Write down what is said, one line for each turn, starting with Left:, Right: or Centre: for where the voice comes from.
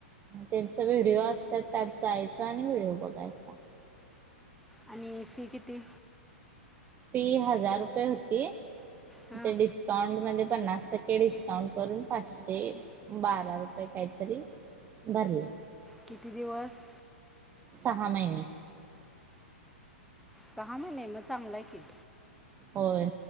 Right: तेंच व्हिडिओ असत्यात त्यात जायचं आणि बघायचा
Centre: आणि फी किती?
Right: फी हजार रुपये होती.
Centre: हां
Right: ते डिस्काउंट मध्ये पन्नास टक्के डिस्काउंट करून पाचशे बारा रुपये काय तरी भरले.
Centre: किती दिवस?
Right: सहा महिने
Centre: सहा महिने मग चांगलं हाय की,
Right: होय